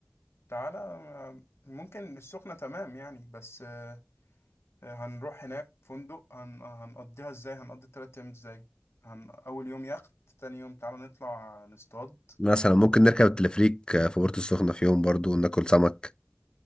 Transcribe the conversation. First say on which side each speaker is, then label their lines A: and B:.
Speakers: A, on the left; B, on the left.
A: تعالى آه، ممكن السخنة تمام يعني بس آه، آه، هنروح هناك فندق هن... هنقضيها ازاي هنقضي التلات أيام ازاي هن... أول يوم يخت تاني يوم تعالى نطلع نصطاد
B: مثلا ممكن نركب التلفريك في بورتو السخنة في يوم برضو وناكل سمك